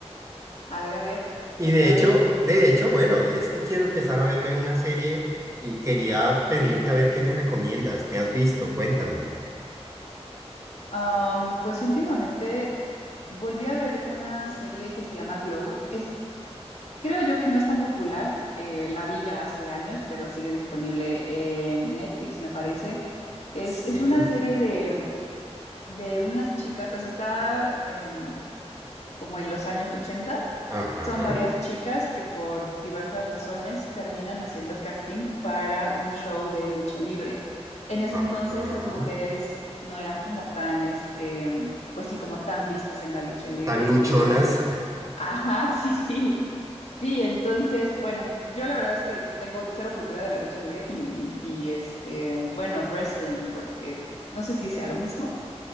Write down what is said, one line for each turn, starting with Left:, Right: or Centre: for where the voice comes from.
Left: <laughs> a ver, a ver,
Right: Y
Left: cuéntame.
Right: de hecho, de hecho, bueno, es que quiero empezar a verme una serie y quería pedirte a ver qué me recomiendas, qué has visto, cuéntame.
Left: Am, pues últimamente volví a ver una serie que se llama Glow. Es, creo yo que no es tan popular, eh, la vi ya hace años, pero sigue disponible en Netflix, me parece. Es,
Right: Sí,
Left: es una serie de, de unas chicas, o sea, está em, como en los años 80.
Right: ajá,
Left: Son varias chicas que por diversas razones terminan haciendo casting para un show de lucha libre. En ese
Right: ajá.
Left: entonces las mujeres no eran como tan, este, mm, pues sí, como tan vistas en la lucha libre,
Right: Tan luchonas.
Left: según yo. Ajá, <laughs> sí, sí. Sí, entonces, bueno, yo la verdad es que tengo cero cultura de la lucha libre y, y, y, este, bueno, wrestling, porque no sé si sea lo mismo,